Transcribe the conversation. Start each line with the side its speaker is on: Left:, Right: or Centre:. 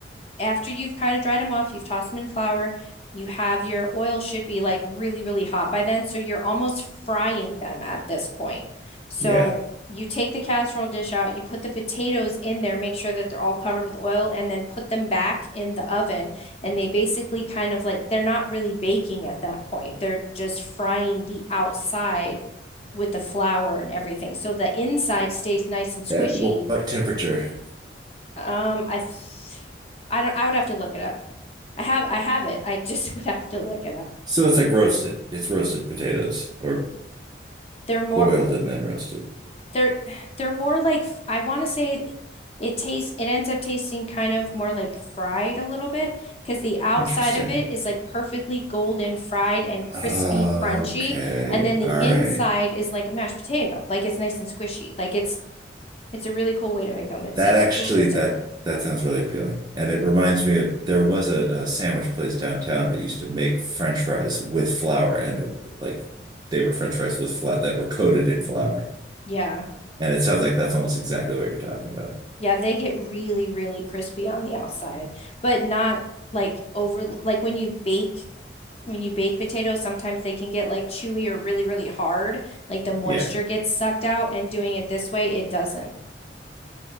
Left: after you've kind of dried them off, you've tossed them in flour, you have your oil should be like really, really hot by then. So you're almost frying them at this point. So
Right: yeah.
Left: you take the casserole dish out, you put the potatoes in there, make sure that they're all covered with oil, and then put them back in the oven. And they basically kind of like they're not really baking at that point, they're just frying the outside with the flour and everything. So the inside stays nice and squishy.
Right: At wh- what temperature?
Left: Um, I th- I don't I would have to look it up. I have I have it. I just <laughs> would have to look it up.
Right: So it's like roasted. It's roasted potatoes or
Left: They're more
Right: boiled and then roasted.
Left: they're they're more like f- I want to say it, it tastes it ends up tasting kind of more like fried a little bit because the outside
Right: Interesting.
Left: of it is like perfectly golden fried and crispy
Right: Okay.
Left: crunchy and then the
Right: All
Left: inside
Right: right.
Left: is like a mashed potato. Like it's nice and squishy. Like it's it's a really cool way to make them. It's
Right: That
Left: it's
Right: actually
Left: a little bit
Right: that
Left: different.
Right: that sounds really appealing. And it reminds me of there was a, a sandwich place downtown that used to make French fries with flour and it, like they were French fries with flour that were coated in flour.
Left: Yeah.
Right: And it sounds like that's almost exactly what you're talking about.
Left: Yeah, they get really really crispy on the outside, but not like over like when you bake when you bake potatoes, sometimes they can get like chewy or really, really hard. Like the moisture
Right: Yeah,
Left: gets sucked out, and doing it this way, it doesn't.